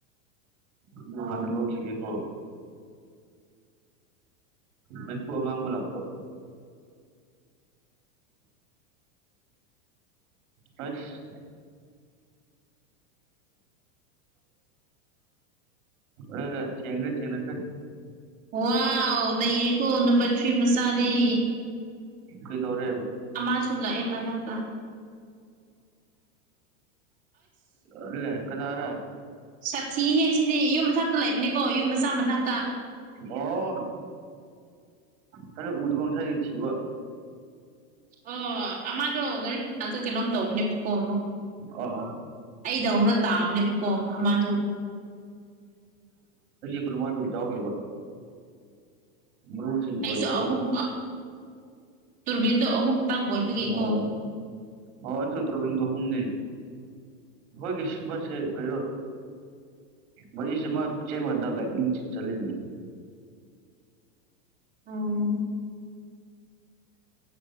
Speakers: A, on the right; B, on the right.
A: ꯑꯗꯨ
B: ꯑꯣ
A: ꯍꯥꯟꯅ ꯂꯧꯈꯤꯒꯦꯀꯣ ꯃ ꯉꯃꯨꯂꯛꯄ ꯍꯁ ꯑ ꯊꯦꯡꯉ ꯆꯦꯡꯉꯗ
B: ꯋꯥ ꯅꯀꯣ ꯅꯝꯕꯔ ꯊ꯭ꯔꯤ ꯃꯁꯥꯔꯤ
A: ꯀꯣꯏꯗꯧꯔꯦ
B: ꯑꯃꯁꯁꯨ ꯂꯥꯛꯑꯦ ꯃꯅꯥꯛꯇ
A: ꯑꯂꯦ ꯀꯅꯥꯔꯥ
B: ꯁꯥꯊꯤ ꯍꯥꯏ ꯁꯤꯗꯤ ꯌꯨꯝ ꯃꯊꯥꯛꯛꯇ ꯂꯩꯕꯅꯤꯀꯣ ꯌꯨꯝ ꯃꯆꯥꯥꯝ ꯃ ꯊꯥꯛꯛꯇ
A: ꯑꯣ ꯊ ꯎꯗꯒꯝ ꯁꯥꯔꯤ ꯊꯕ
B: ꯑꯣ ꯑꯃꯗꯣ ꯒꯥꯔꯤ ꯃꯅꯥꯛꯇ ꯀꯩꯅꯣꯝ ꯇꯧꯕꯅꯦꯕꯀꯣ ꯑꯃꯨꯛ
A: ꯑꯣ
B: ꯑꯩꯗ ꯍꯧꯅ ꯇꯥꯕꯅꯦꯕꯀꯣ ꯑꯃꯗꯣ
A: ꯈꯨꯃ ꯑꯗꯨ ꯌꯥꯎꯗꯕ ꯃꯨꯁꯤꯡ
B: ꯑꯩꯁꯨ
A: ꯑꯣꯏꯣꯏꯁꯨꯕ
B: ꯑꯍꯨꯝ ꯇꯨꯔꯕꯤꯟꯗꯣ ꯑꯍꯨꯝ ꯇꯥꯡ ꯑꯣꯏꯕꯒꯤꯀꯣ
A: ꯑꯣ ꯑꯣ ꯁꯇ꯭ꯔꯕꯗ ꯍꯨꯝꯨꯝꯅꯦ ꯍꯣꯏ ꯀꯁꯟ ꯄꯁꯦ ꯀꯣ ꯃꯁꯤꯃ ꯆꯦꯟ ꯂꯥꯏꯅꯤꯡ ꯆꯅꯤ
B: ꯑꯥ